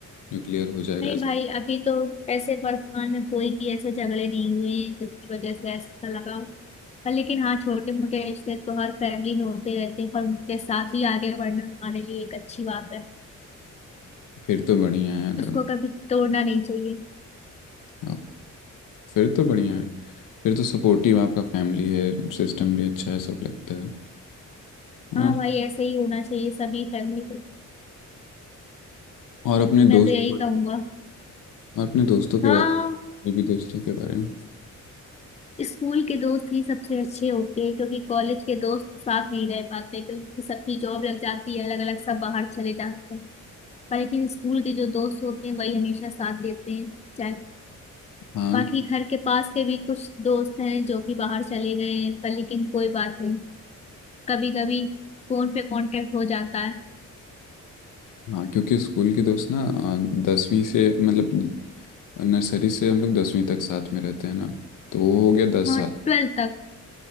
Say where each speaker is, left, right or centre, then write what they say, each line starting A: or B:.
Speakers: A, on the left (about 80°); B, on the left (about 20°).
A: न्यूक्लियर हो जाएगा
B: नहीं भाई अभी तो ऐसे वर्तमान में कोई भी ऐसे झगड़े नहीं हुए हैं जिसकी वजह से ऐसा लगा हो पर लेकिन हाँ छोटे मोटे रिश्ते तो हर फैमिली में होते रहते हैं पर उनके साथ ही आगे बढ़ना हमारे लिए एक अच्छी बात है
A: फिर तो बढ़िया है अगर
B: उसको कभी तोड़ना नहीं चाहिए
A: हाँ, फिर तो बढ़िया है फिर तो सपोर्टिव आपका फैमिली है सिस्टम भी अच्छा है सब लगता है हाँ
B: हाँ भाई ऐसे ही होना चाहिए सभी फैमिली को
A: और अपने
B: मैं
A: दोस्त
B: तो यही
A: और
B: कहूंगा
A: अपने दोस्तों के
B: हाँ
A: बारे में भी दोस्तों के बारे में
B: स्कूल के दोस्त ही सबसे अच्छे होते हैं क्योंकि कॉलेज के दोस्त साथ नहीं रह पाते क्योंकि सबकी जॉब लग जाती है अलग अलग सब बाहर चले जाते हैं पर लेकिन स्कूल के जो दोस्त होते हैं वही हमेशा साथ देते हैं चाहे
A: हाँ
B: बाकी घर के पास के भी कुछ दोस्त हैं जो कि बाहर चले गए हैं पर लेकिन कोई बात नहीं कभी कभी फोन पे कांटेक्ट हो जाता है
A: हाँ क्योंकि स्कूल के दोस्त ना आ, दसवीं से मतलब नर्सरी से हम लोग दसवीं तक साथ में रहते हैं ना तो वो हो गया दस
B: हाँ
A: साल
B: ट्वेल्थ तक